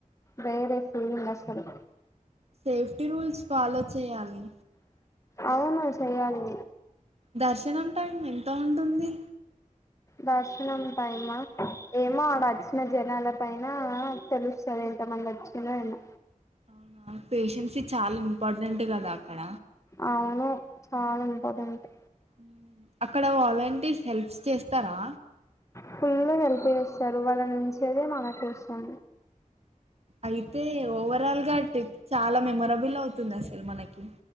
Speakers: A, on the left (about 20°); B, on the right (about 50°).
A: వేరే ఫీలింగ్ అసల్
B: సేఫ్టీ రూల్స్ ఫాలో చేయాలి.
A: అవును చేయాలి
B: దర్శనం టైం ఎంత ఉంటుంది
A: దర్శనం టైమ్మా ఏమో ఆడ వచ్చిన జనాలక్ పైన తెలుస్తది ఎంత మంది వచ్చిందో అన్న
B: అవునా పేషెన్సీ చాలా ఇంపార్టెంట్ కదా అక్కడ
A: అవును చాల ఇంపార్టెంటే
B: హు ఉ అక్కడ వాలంటీర్స్ హెల్ప్స్ చేస్తారా
A: ఫుల్లో హెల్ప్ చేస్తారు. వాళ్ళ నుంచేదే మన కోసం
B: అయితే ఓవరాల్ గా ట్రిప్ చాలా మెమొరబుల్ అవుతుంది అసలు మనకి